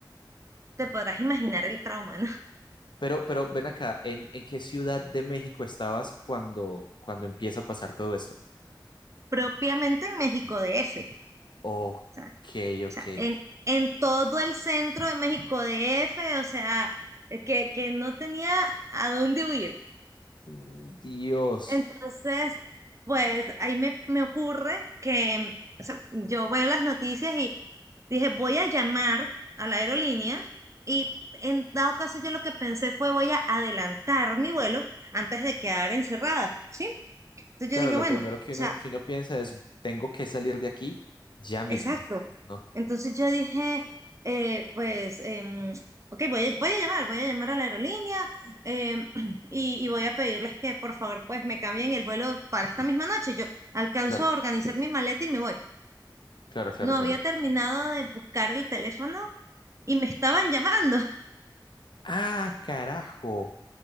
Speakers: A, on the right; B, on the left.
A: Te podrás imaginar el trauma, ¿no? <laughs>
B: Pero, pero ven acá, ¿en, en qué ciudad de México estabas cuando, cuando empieza a pasar todo esto?
A: Propiamente en México DF, o
B: Ok,
A: sea, o
B: ok.
A: sea, en, en todo el centro de México D. F. o sea, eh, que, que no tenía a dónde huir.
B: Mm, Dios.
A: Entonces, pues ahí me, me ocurre que o sea, yo veo las noticias y dije, voy a llamar a la aerolínea y en dado caso yo lo que pensé fue voy a adelantar mi vuelo antes de quedar encerrada, ¿sí? Entonces
B: Claro,
A: yo dije,
B: lo
A: bueno,
B: primero
A: o
B: que
A: sea,
B: uno, que uno piensa es, tengo que salir de aquí ya mismo,
A: Exacto.
B: ¿no?
A: Entonces yo dije, eh, pues, em, ok, voy a, voy a llamar, voy a llamar a la aerolínea em, <clears throat> y, y voy a pedirles que por favor pues me cambien el vuelo para esta misma noche. Yo alcanzo
B: Claro,
A: a organizar mi maleta y me voy.
B: claro, claro,
A: No
B: claro.
A: había terminado de buscar el teléfono y me estaban llamando. <laughs>
B: Ah, carajo.